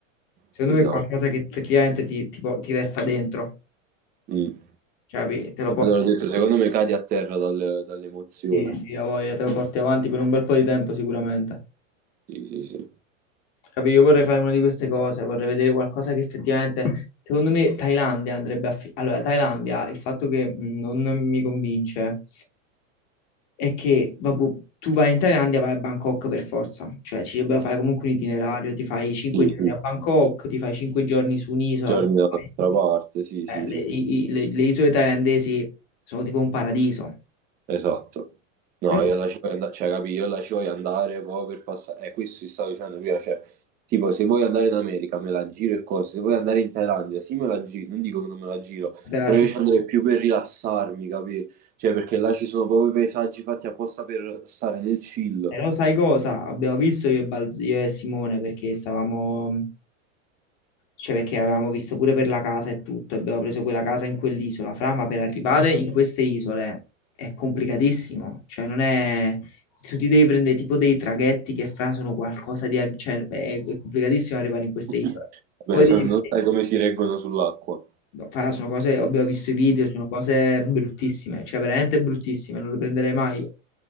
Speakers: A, on the left; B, on the right.
A: secondo
B: sì,
A: me
B: no.
A: è qualcosa che effettivamente ti, ti po- ti resta dentro,
B: Mm.
A: cioè, capi? te lo porti,
B: Allora ho detto, secondo me cadi a terra dal- dall'emozione.
A: sì, sì, ha voglia, te lo porti avanti per un bel po' di tempo sicuramente.
B: Sì, sì, sì.
A: Capì? Io vorrei fare una di queste cose, vorrei vedere qualcosa che effettivamente, secondo me, Thailandia andrebbe a... fi- allora, Thailandia, il fatto che mh, non mi convince è che, vabbè, tu vai in Thailandia, vai a Bangkok per forza, cioè ci dovrebbe fare comunque un itinerario, ti fai 5
B: Sì,
A: giorni
B: sì.
A: a Bangkok, ti fai 5 giorni su un'isola,
B: Giorni
A: perché
B: dall'altra
A: poi,
B: parte, sì,
A: eh,
B: sì,
A: le,
B: sì.
A: i- i- le- le isole thailandesi sono tipo un paradiso.
B: Esatto. No,
A: Però,
B: io la ci voglio andare, cioè, capì, io la ci voglio andare proprio per passare. Eh, questo ti stavo dicendo prima, cioè, tipo, se vuoi andare in America me la giro e cose, se vuoi andare in Thailandia, sì me la giro, non dico che non me la giro,
A: della
B: però
A: città.
B: io ci andrei più per rilassarmi, capì? Cioè, perché là ci sono proprio i paesaggi fatti apposta per stare nel chill.
A: Però sai cosa? Abbiamo visto io e, Bal- io e Simone perché stavamo Cioè, perché avevamo visto pure per la casa e tutto, abbiamo preso quella casa in quell'isola, fra, ma per arrivare in queste isole è complicatissimo. Cioè, non è... Tu ti devi prendere tipo dei traghetti che fra sono qualcosa di... ag- Cioè, è, è complicatissimo arrivare in queste
B: <laughs>
A: isole. Poi
B: Beh,
A: devi...
B: se non sai come si reggono sull'acqua.
A: No, fra, sono cose, abbiamo visto i video, sono cose bruttissime, cioè veramente bruttissime, non le prenderei mai.